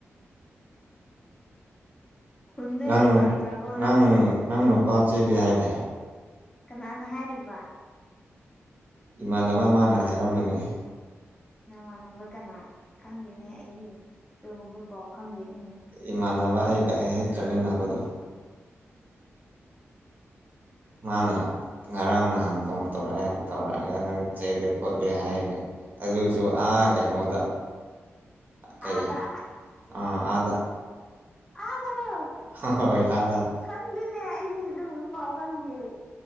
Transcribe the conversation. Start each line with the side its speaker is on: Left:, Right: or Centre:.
Left: ꯈꯨꯟꯗ
Right: ꯅꯪ
Left: ꯍꯦꯛ ꯂꯥꯛꯇ꯭ꯔꯕꯣ
Right: ꯅꯪ ꯅꯪ ꯅꯨꯄꯥ ꯆꯦꯜꯂꯤ ꯍꯥꯏꯗꯤ
Left: ꯀꯅꯥꯅ ꯍꯥꯏꯔꯤꯕ꯫
Right: ꯏꯃꯥꯟꯅꯕ ꯑꯃꯅ ꯍꯥꯏꯔꯝꯃꯤꯅꯑꯦ
Left: ꯅꯃꯥꯟꯅꯕ ꯀꯅꯥ ꯈꯪꯗꯦꯅꯦ ꯑꯩꯒꯤ ꯑꯗꯨꯒꯨꯝꯕ ꯄꯥꯎ ꯈꯪꯗꯦꯅꯦ
Right: ꯏꯃꯥꯟꯅꯕ ꯑꯩꯒ ꯍꯦꯛ ꯆꯠꯃꯤꯟꯅꯕꯗꯣ ꯃꯥꯅ ꯉꯔꯥꯡ ꯅꯍꯥꯟꯐꯣꯝ ꯇꯧꯔꯛꯑꯦ ꯇꯧꯔꯛꯑꯒ ꯅꯪ ꯆꯦꯜꯂꯦ ꯈꯣꯠꯂꯦ ꯍꯥꯏꯌꯦ ꯑꯗꯨꯁꯨ ꯑꯥ ꯀꯩꯅꯣꯗ꯫
Left: <inaudible>
Right: ꯀꯩ
Left: ꯑꯥꯗ
Right: ꯑꯥꯗ
Left: ꯑꯥ ꯇꯔꯣ
Right: ꯍꯣꯏ ꯑꯥꯗ
Left: ꯈꯪꯗꯦꯅꯦ ꯑꯩꯗꯤ ꯑꯗꯨꯒꯨꯝꯕ ꯄꯥꯎ ꯈꯪꯗꯦ꯫